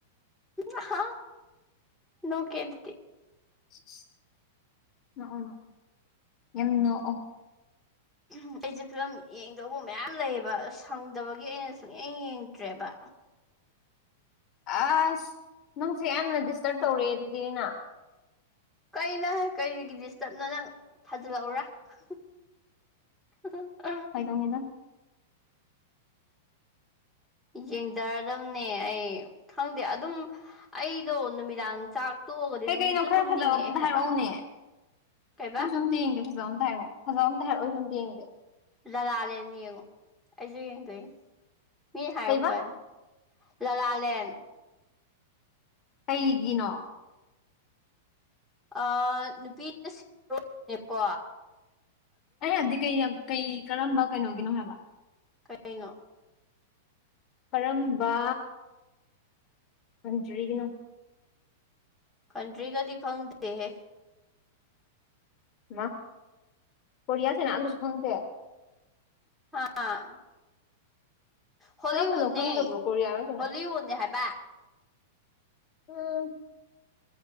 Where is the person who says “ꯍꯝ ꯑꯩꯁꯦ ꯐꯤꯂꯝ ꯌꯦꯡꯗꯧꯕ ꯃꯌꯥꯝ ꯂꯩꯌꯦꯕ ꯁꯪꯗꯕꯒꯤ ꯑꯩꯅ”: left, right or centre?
Centre